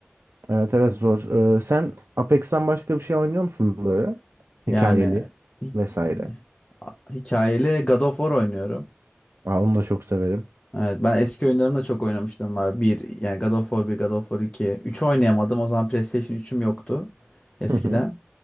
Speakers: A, on the right; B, on the left.
A: Evet evet zor. Ee, sen Apex'ten başka bir şey oynuyor musun böyle?
B: Yani
A: Hikayeli
B: hi-
A: vesaire.
B: a- hikayeli God of War oynuyorum.
A: Aa, onu da çok severim.
B: Evet ben eski oyunlarını da çok oynamıştım var. Bir yani God of War 1, God of War 2. 3 oynayamadım o zaman PlayStation üçüm yoktu eskiden.
A: Hı hı.